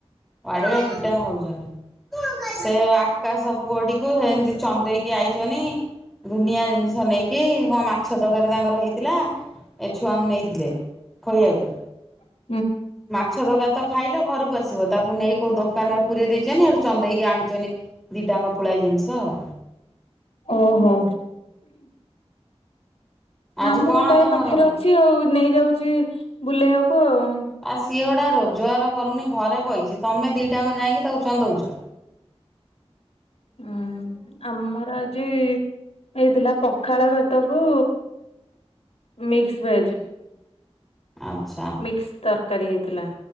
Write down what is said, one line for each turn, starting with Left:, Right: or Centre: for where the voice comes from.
Centre: ପାଡ଼ଆ ପିଟା ହଉଛନ୍ତି। ସେ ଆକାଶ ପୁଅଟିକୁ ସେମତି ଚନ୍ଦେଇକି ଆଇଛନି। ଦୁନିଆ ଜିନିଷ ନେଇକି କଣ ମା ଛତକାରୀ ତାଙ୍କର ହେଇଥିଲା ଏ ଛୁଆଙ୍କୁ ନେଇଥିଲେ ଖୋଇବାକୁ।
Left: ହ।
Centre: ମାଛତକରି ତ ଖାଇଲ ଘରକୁ ଆସିବ ତାକୁ ନେଇ କୋଉ ଦୋକାନରେ ପୁରୀଇ ଦେଇଛନ୍ତି ହେଠୁ ଚନ୍ଦେଇକି ଆଣିଛନ୍ତି। ଦିଟାଙ୍କ ପୋଳାଇ ଜିନିଷ ଆଉ।
Left: ଓହୋ।
Centre: ଆଜି
Left: ମାମୁଁ
Centre: କଣ
Left: ଗୋଟାଏ
Centre: ତମର?
Left: ପାଖରେ ଅଛି ଆଉ ନେଇଯାଉଛି ବୁଲେଇବାକୁ ଆଉ।
Centre: ଆ ସିଏ ଗୁଟା ରୋଜଗାର କରୁନି ଘରେ ବହିଛି ତମେ ଦିଟାଙ୍କା ଯାଇକି ତାକୁ ଚନ୍ଦଉଚ।
Left: ହୁଁ ଆମର ଆଜି ହେଇଥିଲା ପଖାଳ ଭା ତାକୁ ମିକ୍ସ ଭେଜ।
Centre: ଆଚ୍ଛା।
Left: ମିକ୍ସ ତରକାରୀ ହେଇଥିଲା।